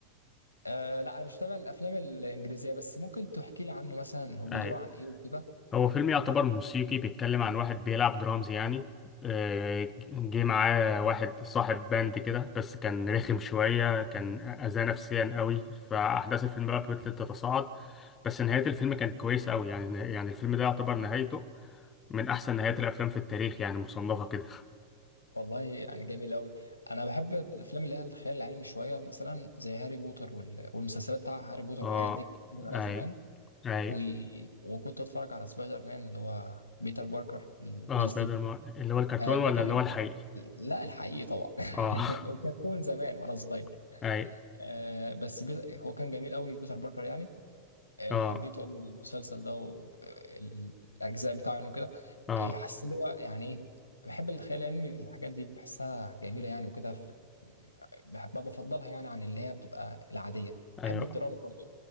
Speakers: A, on the left; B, on the left.
A: آه لا انا مش متابع الافلام الانجليزيه بس ممكن تحكي لي عنه مثلا هو بيدور
B: اي
A: عن ايه وكده
B: هو فيلم يعتبر موسيقي بيتكلم عن واحد بيلعب درامز يعني آه، جه معاه واحد صاحب باند كده بس كان رخم شوية كان أذاه نفسيا قوي فأحداث الفيلم بقى فضلت تتصاعد بس نهاية الفيلم كانت كويسة قوي يعني يعني الفيلم ده يعتبر نهايته من أحسن نهايات الأفلام في التاريخ يعني مصنفة كده
A: والله يعني جميل قوي انا بحب الافلام اللي هي الخيال العلمي شويه مثلا زي هاري بوتر وال... والمسلسلات بتاع هاري بوتر
B: <laughs> اه
A: والحاجات دي كنت بتفرج عليها
B: أي
A: زمان
B: أي
A: و... وكنت اتفرج على سبايدر مان اللي هو بيتر باركر والناس
B: اه سبايدر
A: دي
B: مان اللي هو الكرتون
A: آه ده
B: ولا
A: كان
B: اللي هو الحقيقي
A: لا الحقيقي طبعا
B: اه
A: <laughs> وكرتون زمان وانا صغير
B: <laughs> أي
A: آه بس بي... هو كان جميل قوي بيتر باركر يعني آه،
B: اه
A: حبيته قوي المسلسل ده والاجزاء بتاعه يعني وكده
B: اه
A: آه، حسيت اللي هو يعني ايه بحب الخيال العلمي الحاجات دي بحسها جميله يعني وكده ف- بحبها بفضلها يعني عن اللي هي بتبقى العاديه بحب
B: أيوه
A: الدراما برضو